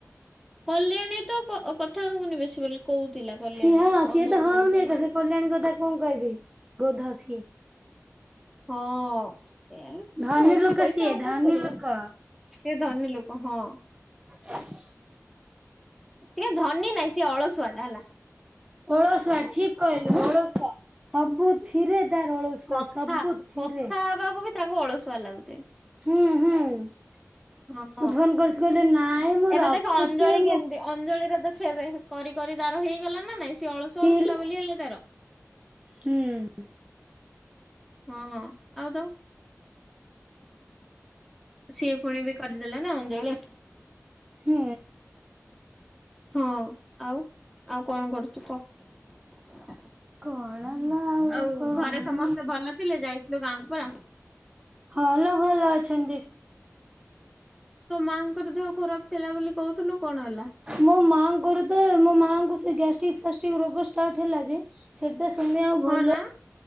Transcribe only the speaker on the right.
ସିଏ ହଁ ସିଏ
ତ ହଉନି
ଏକା ସେ କଲ୍ୟାଣୀ କଥା କଣ କହିବି ଗୋଧ ସିଏ।
ଧନୀ
ଲୋକ
ସିଏ
ଧନୀ
ଲୋକ
<inaudible>
ଓଳସୁଆ ଠିକ କହିଲୁ ଓଳସୁଆ। ସବୁଥିରେ ତାର ଅଳସୁଆ
ସବୁଥିରେ।
ହୁଁ ହୁଁ ମୁ
ଫୋନ କରୁଛି ବୋଲି ନାଇଁ ମୁଁ
ରଖୁଛି
ମୁଁ
ତିଲ୍
ହୁଁ।
ହୁଁ।
କଣ ନା
କଣ
ହଲୋ ଭଲ ଅଛନ୍ତି।
ମୋ ମାଆ ଙ୍କର ତ ମୋ ମାଆଙ୍କୁ ସେ ଗ୍ୟାଷ୍ଟିକ ଫାଷ୍ଟିକ ରୋଗ ଷ୍ଟାର୍ଟ ହେଲା ଯେ ସେଇଟା ସୁନି ଆଉ
ଭଲ।